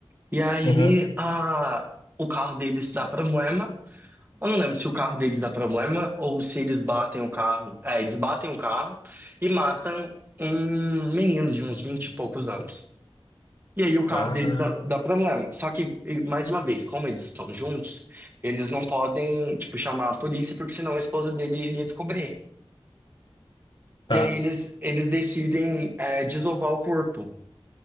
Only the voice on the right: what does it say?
E aí
a, o carro deles dá problema Eu não lembro se o carro deles dá problema ou se eles batem o carro. É, eles batem o carro e matam um menino de uns 20 e poucos anos. E aí o carro
deles dá, dá problema. Só que, e- mais uma vez, como eles estão juntos, eles não podem, tipo, chamar a polícia, porque senão a esposa dele iria descobrir.
E aí eles, eles decidem, é, desovar o corpo.